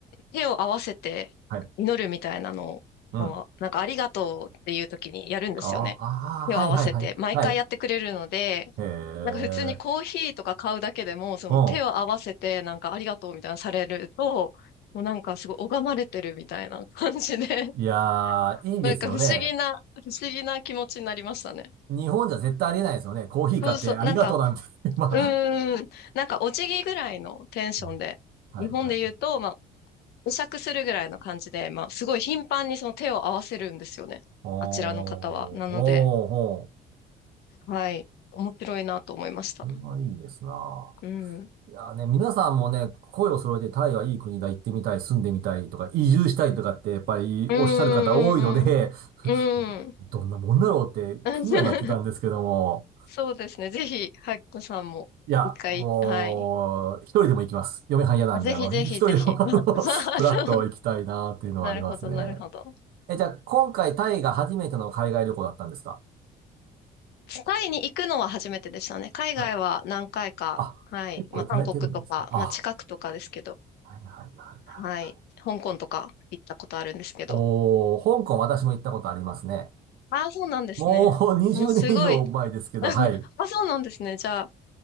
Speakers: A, on the left (about 75°); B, on the right (about 65°).
A: 手を合わせて祈るみたいなのを、
B: ー、はい。うん。あ
A: なんかありがとうっていう時にやるんですよね。
B: ーあー、
A: 手を合わせて、
B: はいはいはい。
A: 毎回やってくれるので、
B: はい。へえ。
A: なんか普通にコーヒーとか買うだけでも、その手を合わせて、
B: うん。
A: なんかありがとうみたいなのされると、もうなんかすごい拝まれてるみたいな感じで、<laughs>
B: いやー、いいですよね。
A: なんか不思議な、不思議な気持ちになりましたね。
B: 日本じゃ絶対ありえないですよね。コーヒー買ってありがとうなんて。
A: そうそう、なんか、
B: <laughs> まあ、
A: うーん。なんか、お辞儀ぐらいのテンションで、
B: うんはいはい。
A: 日本で言うと、まあ、お酌するぐらいの感じで、まあ、すごい頻繁にその手を合わせるんですよね。
B: あー、おー、
A: あちらの方は。なので、
B: おー。
A: はい。面白いなと思いました。
B: これはいいですな。
A: うん。
B: いやーね、皆さんもね、声を揃えてタイはいい国だ、行ってみたい、住んでみたいとか、移住したいとかってやっぱりおっしゃる方多いので、
A: うんうんうんうん。
B: <laughs>
A: うん。
B: どんなもんだろうって気にはなってたんですけども、
A: <laughs> そうですね。ぜひ、ハッコさんも、
B: いや、
A: 一回、
B: もう、
A: はい。
B: 一人でも行きます。嫁はん嫌なんで、
A: あぜひぜひぜひ。
B: あの、一人でも、あの、
A: <laughs> まあそう
B: フラッと行きたいなっていうのはありますね。
A: <laughs> なるほど、なるほど。
B: え、じゃあ、今回タイが初めての海外旅行だったんですか
A: タイに行くのは初めてでしたね。海外は何回か。
B: はい。あ、
A: はい。
B: 結構行かれてるんですね。
A: まあ、韓国とか、
B: あ、
A: まあ、近くとかですけど。
B: はいはいはいはい。
A: はい。香港とか行ったことあるんですけど。
B: おー、香港私も行ったことありますね。
A: ああ、そうなんですね。
B: もう20年以上前ですけど、
A: もうすごい。<laughs> あ、
B: はい。
A: そうなんですね。じゃあ、